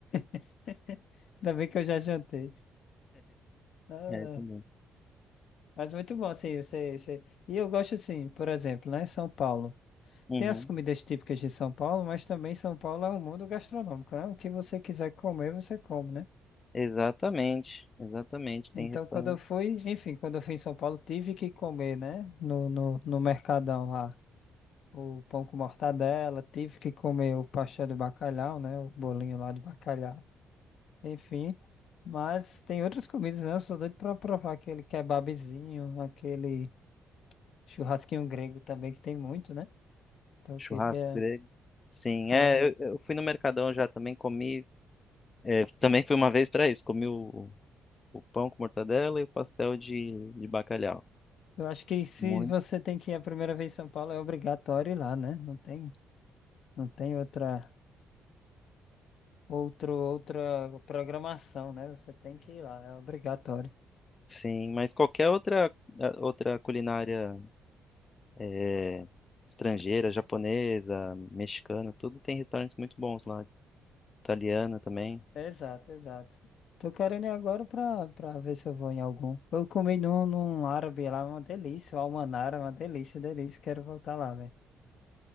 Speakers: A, on the left; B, on the left.
A: <laughs> Ainda bem que eu já jantei. Ah,
B: É, também.
A: mas muito bom, assim, você, você... E eu gosto, assim, por exemplo, né? São Paulo.
B: Uhum.
A: Tem as comidas típicas de São Paulo, mas também São Paulo é um mundo gastronômico, né? O que você quiser comer, você come, né?
B: Exatamente, exatamente. Tem
A: Então,
B: restaurante,
A: quando eu fui, enfim, quando eu fui em São Paulo, tive que comer, né? No, no, no Mercadão lá, o pão com mortadela, tive que comer o pastel de bacalhau, né? O bolinho lá de bacalhau, enfim. Mas tem outras comidas, né? Eu sou doido pra provar aquele kebabzinho, aquele churrasquinho grego também, que tem muito, né? Então, eu
B: churrasco
A: queria,
B: grego. Sim,
A: cara.
B: é, eu, eu fui no Mercadão já também, comi. é, também fui uma vez para isso, comi o o pão com mortadela e o pastel de, de bacalhau.
A: Eu acho que se
B: Muito,
A: você tem que ir a primeira vez em São Paulo, é obrigatório ir lá, né? Não tem, não tem outra, outro, outra programação, né? Você tem que ir lá, é obrigatório.
B: sim, mas qualquer outra, eh, outra culinária eh, estrangeira, japonesa, mexicana, tudo tem restaurantes muito bons lá. Italiana também.
A: Exato, exato. Tô querendo ir agora pra, pra ver se eu vou em algum. Eu comi num, num árabe lá, uma delícia, o almanara, uma delícia, delícia. Quero voltar lá, velho.